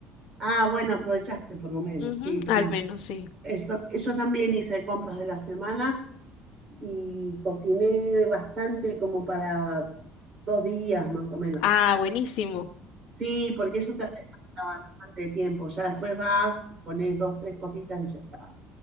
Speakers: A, on the right; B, on the left.
A: Ah, bueno, aprovechaste por lo menos,
B: Ujú,
A: sí, sí.
B: al menos sí.
A: Eso, yo también hice compras de la semana y cociné bastante como para dos días más o menos.
B: Ah, buenísimo.
A: Sí, porque eso te gasta bastante tiempo. Ya después vas, pones dos, tres cositas y ya está.